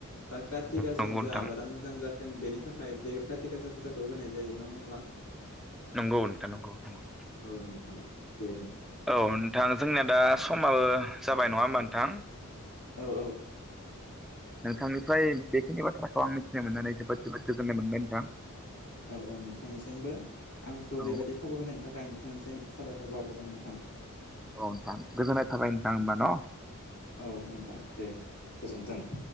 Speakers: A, on the left (about 80°); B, in the centre.
A: बा काति गासायानो
B: नंगौ
A: जा
B: नोंथां
A: आबादा मोजां जा जों बेनि थाखाय बे काथि गासा फुजाखौ होनाय जायो नङा ओमबा
B: नंगौ नोंथां नंगौ नंगौ।
A: औ नोंथां बेनो
B: औ नोंथां जोंनिया दा समाबो जाबाय नङा ओमबा नोंथां
A: औ औ
B: नोंथांनिफ्राय बेखिनि बाथ्राखौ आं मिथिनो मोननानै जोबोद जोबोद गोजोननाय मोनबाय नोंथां
A: औ औ नोंथांनिसिमबो आंखौ
B: औ
A: बेबायदि खाबु होनायनि थाखाय नोंथांसिम साबायखर बावहरबाय नोंथां।
B: औ नोंथां गोजोननाय थाबाय नोंथां होमबा न' औ
A: औ नोंथां दे गोजोन्थों।